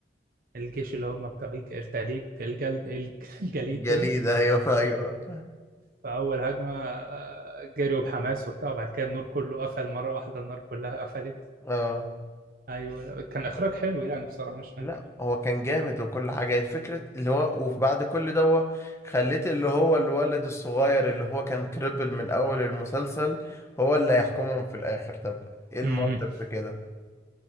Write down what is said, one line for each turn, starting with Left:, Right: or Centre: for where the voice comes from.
Right: الجيش اللي هم بتوع الج- التليج الجلد الجليد
Left: الجليد
Right: دول
Left: ايوه ايوه
Right: فأول هجمة آه، جريوا بحماس وبتاع وبعد كده النور كله قفل مرة واحدة النار كلها قفلت
Left: اه
Right: أيوة لا، كان إخراج حلو يعني بصراحة مش
Left: لا
Right: هنكر
Left: هو كان جامد وكل حاجه الفكره اللي هو وبعد كل ده هو خليت اللي هو الولد الصغير اللي هو كان كريبل من اول المسلسل هو اللي هيحكمهم في الاخر طب ايه المنطق
Right: مم.
Left: في كده